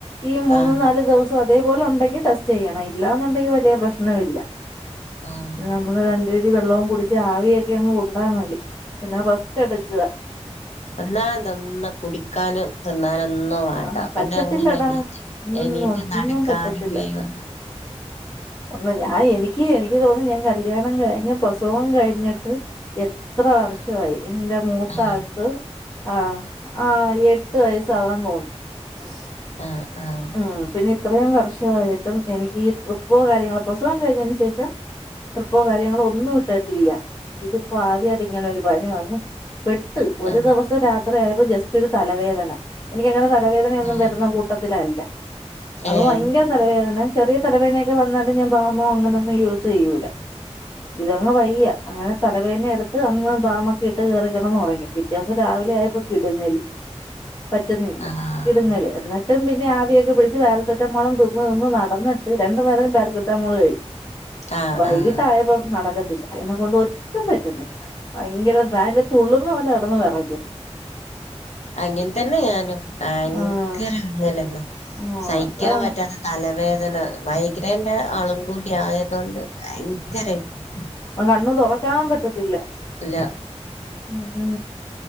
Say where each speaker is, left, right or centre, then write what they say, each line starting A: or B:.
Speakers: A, on the left; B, on the left.
A: ഈ മൂന്നും
B: ആഹ്
A: നാല് ദിവസം അതേപോലെ ഉണ്ടെങ്കിൽ ടെസ്റ്റ് ചെയ്യണം ഇല്ലന്നുണ്ടെങ്കിൽ വലിയ പ്രശ്നവും ഇല്ല
B: ആഹ്
A: നമ്മള് നല്ല രീതിൽ വെള്ളവും കുടിച്ച് ആവിയൊക്കെ അങ്ങ് കൊണ്ടാ മതി പിന്നെ റസ്റ്റ് എടുക്കുക
B: എന്നാ എന്തൊന്ന് കുടികാൻ തിന്നാനൊന്നും വേണ്ട
A: ആഹ് പറ്റത്തില്ലടാ
B: പിന്നെ അങ്ങനെ എണീറ്റ്
A: ഉം
B: എണീറ്റ്
A: ഒന്നും
B: നടക്കാനും
A: പറ്റത്തില്ല
B: കഴിയൂല
A: ഒന്ന് ഞാൻ എനിക്ക് എനിക്ക് തോന്നുന്നു ഞാൻ കല്യാണം കഴിഞ്ഞിട്ട് പ്രസവം കഴിഞ്ഞിട്ട് എത്ര വർഷം എന്റെ മൂത്താക്ക്
B: ആഹ്
A: ആ ആ എട്ട് വയസ്സാവാൻ പോകുന്നു <unintelligible>
B: ആ ആ
A: ഉ പിന്നെ ഇത്രയും വർഷമായിട്ടും എനിക്ക് ഈ ട്രിപ്പൊ കാര്യങ്ങളോ പ്രസവം കഴിഞ്ഞതിന് ശേഷം- ട്രിപ്പോ കാര്യങ്ങളോ ഒന്നും ഇട്ടിട്ടില്ല ഇതിപ്പോ ആദ്യമായിട്ട് ഇങ്ങനെ ഒരു പനി വന്നു പെട്ട് ഒരു
B: ആഹ്
A: ദിവസം രാത്രി ആയപ്പോൾ ജസ്റ്റ് ഒരു തലവേദന എനിക്ക്ങ്ങനെ തലവേദനയൊന്നും
B: ആഹ്
A: വരുന്ന കൂട്ടത്തിലല്ല അപ്പൊ
B: ഏഹ്
A: ഭയങ്കര- തലവേദന ചെറിയ തലവേനയക്കെ വന്നാൽ ഞാൻ ബാമോ അങ്ങനെൊന്നും യൂസ് ചെയ്യൂല ഇതങ്ങ് വയ്യ അങ്ങനെ തലവേദനയ എടുത്ത് അന്ന് ബാമൊക്കെ ഇട്ട് കേറി കിടന്നുഉറങ്ങി പിറ്റേദിവസം രാവിലെ ആയപ്പോ കിടുങ്ങല് പറ്റുന്നില്ല
B: ആഹ്
A: കിടുങ്ങല് എന്ന- ഇട്ടും പിന്നെ ആവിയൊക്കെ പിടിച്ച് പാരസെറ്റമോൾ തിന്ന് തിന്ന് നടന്നിട്ട് രണ്ടു നേരം പാരസെറ്റാമോൾ കഴിച്ചു
B: ആഹ്
A: വൈകിട്ടായപ്പം
B: ആഹ്
A: നടക്കത്തില്ല എന്നെ കൊണ്ട് ഒട്ടും പറ്റുന്നില്ല ഭയങ്കര ഫാ തുള്ളുന്ന പോലെ കിടന്നു വിറക്ക
B: അങ്ങനെത്തന്നെ ഞാനും ഭയങ്കര
A: ആഹ്
B: അങ്ങനെ
A: ആഹ്
B: സഹിക്കാൻ
A: അതാണ്
B: പറ്റാത്ത- തലവേദന മൈഗ്രേന്റെ ആളും കൂട്ടി ആയത് കൊണ്ട് ഭയങ്കര ആയിപ്പോയി
A: ഇപ്പോ കണ്ണ് തുറക്കാൻ പറ്റത്തില്ല
B: ഇല്ല
A: ഉ ഉ